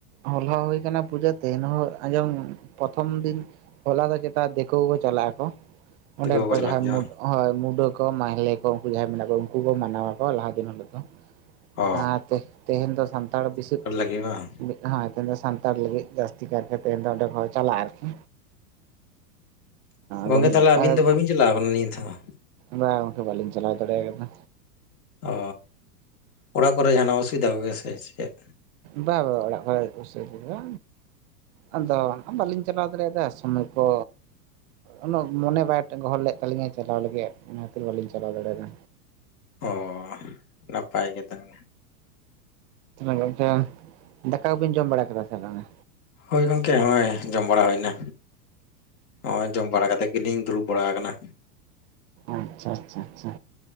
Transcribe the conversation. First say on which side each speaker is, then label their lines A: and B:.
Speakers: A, on the right; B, on the left.
A: ᱦᱚᱞᱟ ᱦᱩᱭ ᱠᱟᱱᱟ ᱯᱩᱡᱟᱹ ᱛᱮᱦᱮᱧ ᱦᱚᱸ ᱟᱸᱡᱚᱢ ᱯᱨᱚᱛᱷᱚᱢ ᱫᱤᱱ ᱦᱚᱞᱟ ᱫᱚ ᱪᱮᱛᱟ ᱫᱤᱠᱩ ᱠᱚ ᱪᱟᱞᱟᱜ ᱟᱠᱚ ᱚᱸᱰᱮᱱ
B: ᱫᱤᱠᱩ ᱠᱚᱠᱚ
A: ᱠᱚ
B: ᱪᱟᱞᱟᱜ
A: ᱡᱟᱦᱟᱸᱭ
B: ᱜᱮᱭᱟ
A: ᱢᱩᱰ
B: ᱵᱟᱝ
A: ᱦᱳᱭ ᱢᱩᱰᱟᱹ ᱠᱚ ᱢᱟᱦᱮᱞᱮ ᱠᱚ ᱩᱱᱠᱩ ᱡᱟᱦᱟᱸᱭ ᱢᱮᱱᱟᱜ ᱠᱚᱣᱟ ᱩᱱᱠᱩ ᱠᱚ ᱢᱟᱱᱟᱣᱟ ᱠᱚ ᱞᱟᱦᱟ ᱫᱤᱱ ᱦᱤᱞᱳᱜ ᱫᱚ
B: ᱚ
A: ᱟᱨ ᱛᱮᱦᱮᱧ ᱛᱮᱦᱮᱧ ᱫᱚ ᱥᱟᱱᱛᱟᱲ ᱵᱤᱥᱤ
B: <inaudible> ᱜᱮᱵᱟᱝ
A: <unintelligible> ᱢᱤᱫᱫᱷᱟᱣ ᱟᱛᱮᱱ ᱫᱚ ᱥᱟᱱᱛᱟᱲ ᱞᱟᱹᱜᱤᱫ ᱡᱟᱹᱥᱛᱤ ᱵᱟᱨᱮ ᱛᱮ ᱛᱮᱦᱮᱧ ᱫᱚ ᱚᱸᱰᱮ ᱠᱚ ᱪᱟᱞᱟᱜᱼᱟ ᱟᱨᱠᱤ
B: ᱜᱚᱝᱠᱮ
A: ᱦᱮᱸ ᱢᱤᱫᱫᱷᱟᱣ
B: ᱛᱟᱦᱚᱞᱮ ᱟᱹᱵᱤᱱ
A: <unintelligible>
B: ᱫᱚ ᱵᱟᱹᱵᱤᱱ ᱪᱟᱞᱟᱣ ᱠᱟᱱᱟ ᱱᱤᱛ ᱦᱚᱸ
A: ᱵᱟᱝ ᱜᱚᱝᱠᱮ ᱵᱟᱞᱤᱧ ᱪᱟᱞᱟᱣ ᱫᱟᱲᱮ ᱠᱟᱫᱟ
B: ᱚ ᱚᱲᱟᱜ ᱠᱚᱨᱮ ᱡᱟᱸᱦᱟᱱᱟᱜ ᱚᱥᱩᱵᱤᱫᱟ ᱠᱚᱜᱮ ᱥᱮ ᱪᱮᱫ
A: ᱵᱟ ᱵᱟ ᱚᱲᱟᱜ ᱠᱚᱨᱮ ᱚᱥᱤᱵᱤᱫᱷᱟ ᱟᱫᱚ ᱵᱟᱹᱞᱤᱧ ᱪᱟᱞᱟᱣ ᱫᱟᱲᱮᱭᱟᱫᱟ ᱥᱚᱢᱚᱭ ᱠᱚ ᱩᱱᱟᱹᱜ ᱢᱚᱱᱮ ᱵᱟᱭ ᱜᱚᱦᱚᱲ ᱞᱮᱫ ᱛᱟᱹᱟᱞᱤ ᱟ <inaudible> ᱪᱟᱞᱟᱣ ᱞᱟᱹᱜᱤᱫ ᱚᱱᱟ ᱠᱷᱟᱹᱛᱤᱨ ᱵᱟᱹᱞᱤᱧ ᱪᱟᱞᱟᱣ ᱫᱟᱲᱮᱭᱟᱫᱟ
B: ᱚᱻ ᱱᱟᱯᱟᱭ ᱜᱮ ᱛᱟᱦᱚᱞᱮ
A: ᱜᱚᱝᱠᱮ ᱫᱟᱠᱟ ᱠᱚᱵᱤᱱ ᱡᱚᱢ ᱵᱟᱲᱟ ᱠᱮᱫᱟ ᱥᱮ ᱵᱟᱝᱟ
B: ᱦᱳᱭ ᱜᱚᱝᱠᱮ ᱦᱚᱸᱜᱼᱚᱭ ᱡᱚᱢ ᱵᱟᱲᱟ ᱦᱩᱭ ᱱᱟ ᱦᱚᱸᱜᱼᱚᱭ ᱡᱚᱢ ᱵᱟᱲᱟ ᱠᱟᱛᱮ ᱜᱮᱞᱤᱧ ᱫᱩᱲᱩᱵ ᱵᱟᱲᱟ ᱠᱟᱱᱟ
A: ᱟᱪᱪᱷᱟ ᱟᱪᱪᱷᱟ ᱟᱪᱪᱷᱟ